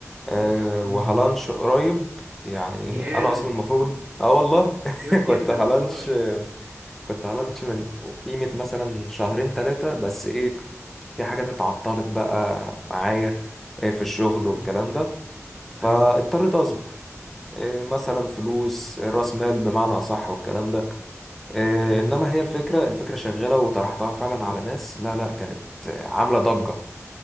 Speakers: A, in the centre; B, on the right.
A: أه
B: اوف اه
A: وهلانش قريب يعني
B: جامد
A: انا اصلا المفروض اه والله
B: جامد
A: <laughs> كنت
B: جدا
A: هلانش
B: والله
A: كنت على لانش من قيمة مثلا شهرين ثلاثة بس ايه في حاجات اتعطلت بقى معايا إيه في الشغل
B: امم
A: والكلام ده فاضطريت
B: ايوه فاهم
A: اصبر إيه مثلا فلوس إيه راس مال بمعنى اصح والكلام ده إيه
B: ايوه
A: انما هي الفكرة الفكرة شغالة وطرحتها فعلا على ناس لا لا كانت آه، عاملة ضجة